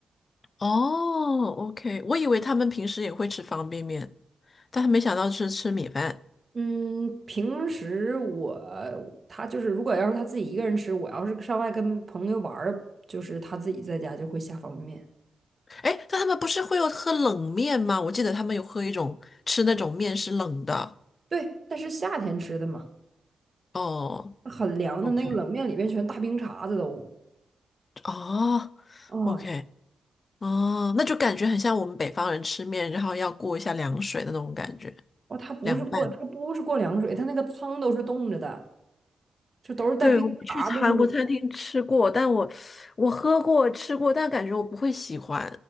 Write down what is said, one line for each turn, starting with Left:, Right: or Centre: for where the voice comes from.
Left: 哦，OK，我以为他们平时也会吃方便面，但他没想到是吃米饭。
Right: 嗯，平时我他就是，如果要是他自己一个人吃，我要是上外跟朋友玩儿，就是他自己在家就会下方便面。
Left: 哎，但他们不是会有喝冷面吗？我记得他们有喝一种吃那种面是冷的。
Right: 对，但是夏天吃的嘛，
Left: 哦
Right: 很凉的那个哦冷面里面全大冰碴子都。
Left: ，OK，哦
Right: 嗯，
Left: ，OK，哦，那就感觉很像我们北方人吃面，然后要过一下凉水的那种感觉，
Right: 哦，它不是过，
Left: 凉拌。
Right: 他不是过凉水，他那个汤都是冻着的，就都是带冰碴儿的那个。
Left: 对，我去韩国餐厅吃过，但我我喝过吃过，但感觉我不会喜欢，